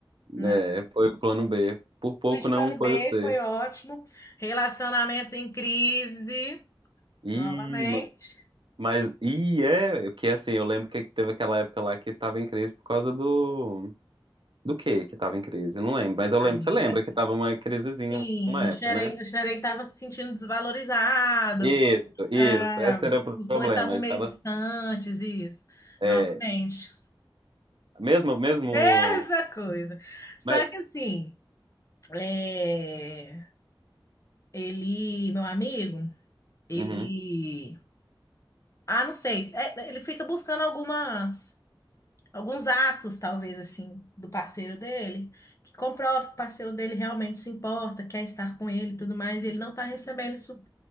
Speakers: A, on the left; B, on the right.
A: né?
B: É, foi o plano B. Por pouco
A: Fui de plano
B: não foi
A: B,
B: o C.
A: foi ótimo. Relacionamento em crise,
B: Ih,
A: novamente.
B: ma- mas. Ih, é. Porque assim, eu lembro que teve aquela época lá que tava em crise por causa do. Do quê que tava em crise? Eu Não lembro. Mas eu
A: Amiga.
B: lembro, você lembra que tava uma crisezinha
A: Sim,
B: uma época,
A: o Xerém,
B: né?
A: o Xerém estava se sentindo desvalorizado.
B: Isso, isso.
A: É,
B: Esse era o
A: os
B: problema.
A: dois estavam
B: Ele
A: meio
B: tava.
A: distantes, isso.
B: É.
A: Novamente.
B: Mesmo, mesmo.
A: <laughs> Mesma coisa. Só
B: Mas.
A: que assim, é, ele, meu amigo, ele.
B: Uhum,
A: Ah, não sei. É, ele fica buscando algumas, alguns atos, talvez, assim, do parceiro dele, que comprova que o parceiro dele realmente se importa, quer estar com ele e tudo mais, e ele não está recebendo isso,